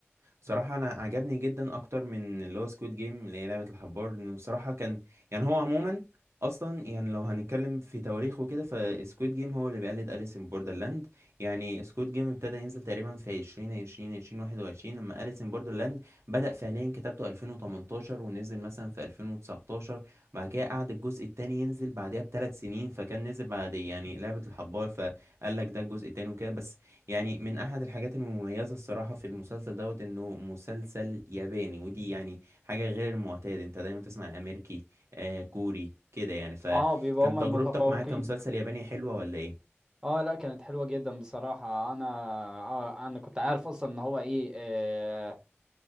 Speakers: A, on the right; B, on the right.
A: صراحة أنا عجبني جدا أكتر من اللي هو سكويد جيم اللي هي لعبة الحبار إنه بصراحة كان يعني هو عموما أصلا يعني لو هنتكلم في تواريخ وكده فسكويد جيم هو اللي بيقلد أليس إن بوردرلاند يعني سكويد جيم ابتدى ينزل تقريبا في عشرين عشرين عشرين واحد وعشرين لما أليس إن بوردرلاند بدأ فعليا كتابته ألفين وتمنتاشر ونزل مثلا في ألفين وتسعتاشر بعد كده قعد الجزء التاني ينزل بعدها بثلاث سنين فكان نزل بعد يعني لعبة الحبار فقال لك ده الجزء التاني وكده بس يعني من احد الحاجات المميزه الصراحه في المسلسل دوت انه مسلسل ياباني ودي يعني حاجه غير المعتاد انت دايما تسمع امريكي آه كوري كده يعني فكان
B: اه بيبقى هما
A: تجربتك
B: المتفوقين
A: معاه كمسلسل ياباني حلوه ولا ايه
B: اه لا كانت حلوه جدا بصراحه انا آه انا كنت عارف اصلا ان هو ايه آه،